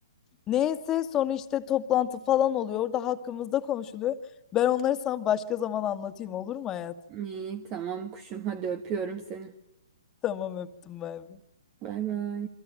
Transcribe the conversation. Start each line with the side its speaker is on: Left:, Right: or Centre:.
Left: Neyse sonra işte toplantı falan oluyor. Orada hakkımızda konuşuluyor. Ben onları sana başka zaman anlatayım olur mu hayatım?
Right: İyi tamam kuşum hadi öpüyorum seni.
Left: Tamam öptüm ben.
Right: Bay bay.